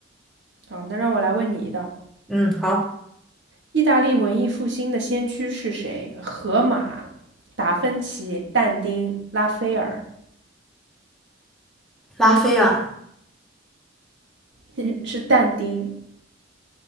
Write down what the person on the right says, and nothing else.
好，那让我来问你一道，
意大利文艺复兴的先驱是谁？荷马、达芬奇、但丁、拉斐尔，
<laughs> 是但丁，